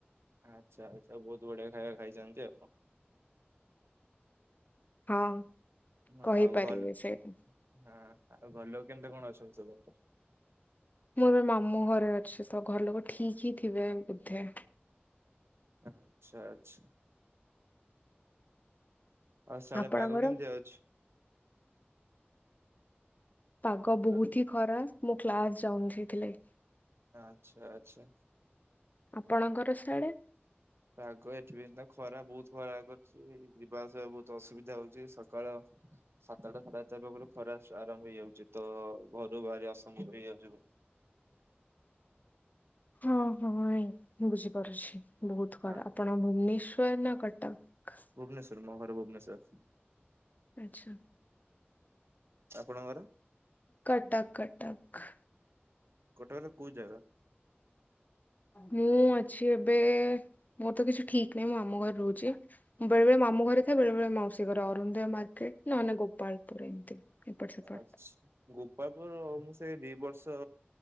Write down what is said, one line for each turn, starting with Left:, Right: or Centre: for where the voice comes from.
Right: ଆଚ୍ଛା ଆଚ୍ଛା। ବହୁତ ବଢିଆ ଖାଇବା ଖାଇଛନ୍ତି ଆଉ।
Left: ହଁ।
Right: ହଁ
Left: କହିପାରିବି
Right: ଆଉ ଭଲ
Left: ସେଇଟା
Right: ହଁ। ଆଉ ଘରଲୋକ କେମତି କଣ ଅସନ୍ତି ସୁ ବୁୁନ୍ତ।
Left: ମୋର ଏ ମାମୁଁ ଘରେ ଅଛି। ତ ଘର ଲୋକ ଠିକ ହିଁ ଥିବେ ବୋଧେ
Right: ଆଛା ଆଚ୍ଛା। ଆଉ ସାଢେ
Left: ଆପଣଙ୍କର?
Right: ପାଗ କେମିତି ଅଛି!
Left: ପାଗ
Right: ହାଲୋ
Left: ବହୁତ ହି ଖରାପ। ମୁଁ କ୍ଲାସ ଯାଉନି ସେଇଥିଲାଗି।
Right: ଆଚ୍ଛା ଆଛା।
Left: ଆପଣଙ୍କର ସିଆଡେ
Right: ପାଗ ଏଠି ବି ଖରା ବହୁତ ଖରା କର ଅଛି ଯିବା ଆସିବା ବହୁତ ଅସୁବିଧା ହଉଛି ସକାଳ ସାତଟା ସାଢେ <unintelligible> ଆାତଟା ବେଳକୁ ଖରା ଆରମ୍ଭ ହେଇଯାଉଛି ତ ଘରୁ ବାହାରିବା ଅସମ୍ଭବ ହେଇଯାଉଛି।
Left: ହଁ ହଁ ଏଇ ମୁଁ ବୁଝିପାରୁଛି। ବହୁତ
Right: ହଁ
Left: ଖରା ଆପଣ ଭୁବନେଶ୍ଵର ନା କଟକ
Right: ଭୁବନେଶ୍ୱର ମୋ ଘର ଭୁବନେଶ୍ୱର
Left: ଆଚ୍ଛା।
Right: ଆପଣଙ୍କର
Left: କଟକ କଟକ
Right: କଟକ ର କୋଉ ଜାଗା
Left: ମୁଁ ଅଛି ଏବେ ମୋର ତ କିଛି ଠିକ ନାହିଁ ମୁଁ ମାମୁଁ ଘରେ ରହୁଛି, ବେଳେବେଳେ ମାମୁଁ ଘରେ ଏ ବେଳେ ବଳେ ମାଉସୀ ଘରେ ଅରୁନଦୟ ମାର୍କେଟ୍ <unintelligible> ନ ନେ ଗୋପାଳପୁର ଏମିତି ଏପଟ ସେପଟ
Right: ଆଛା ଗୋପଳ ମୋର ମୁଁ ସେଇ ଦି ବର୍ଷ